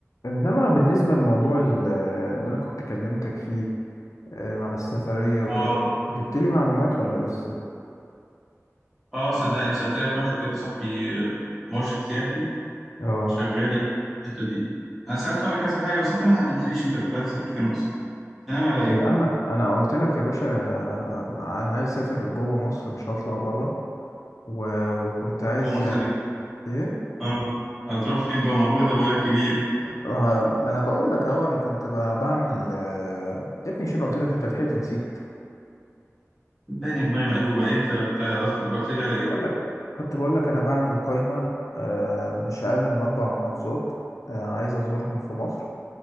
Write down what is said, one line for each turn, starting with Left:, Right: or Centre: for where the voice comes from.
Left: انما بالنسبه لموضوع ال- اللي انا كنت كلمتك فيه آه، على السفريه وكده
Centre: اه
Left: جبت لي معلومات ولا لسه
Centre: اه صدقني سألت لك واحد كده صاحبي آه، مرشد سياحي
Left: اه
Centre: شغال يعني في الحتة دي انا سألته على كذا حاجة بس انت ما حددتليش انت كنت عايز تسافر فين اصلا انت ناوي على ايه؟
Left: يا عم انا قلت لك يا باشا آه، انا عايز اسافر جوه مصر مش هطلع بره و- وكنت عايز
Centre: هو مصر
Left: يعني
Centre: ده كبير
Left: ايه
Centre: اه هتروح فين جوه ما جوه ده بقولك كبيرة
Left: آه، ما انا بقول لك اهو انا كنت ب- بعمل آه، يا ابني شنو قلت لك انت لحقت نسيت
Centre: صدقني دماغي مقلوبة ايه انت أنت قصدك قلت لي على ايه؟
Left: بقول لك كنت بقول لك انا بعمل قائمه آه، مش اقل من اربع محافظات آه، عايز ازورهم في مصر